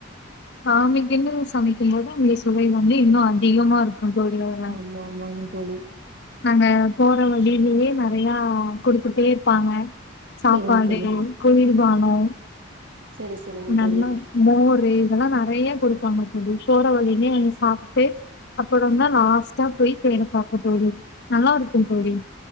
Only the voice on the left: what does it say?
சாமிக்கின்னு சமை க்கிறதனாலதா சுவை வந்து இன்னு அதிகமா இருக் கு தோழி அதுல
நானு போற வழிலயே நெறையா குடுத்துட்டே இருப்பாங்க சாப்பாடு
குளிர்பா னோ
ப்ப நல்லா
மோரு இதல்லா நெறைய குடுப்பாங்க அப்டி போற வழிலேயே நின்னு சாப் ட்டு அப்பறந்தா லாஸ்ட்டா போய் தேர பாப்போ தோழி நல்லா இருக்கு தோழி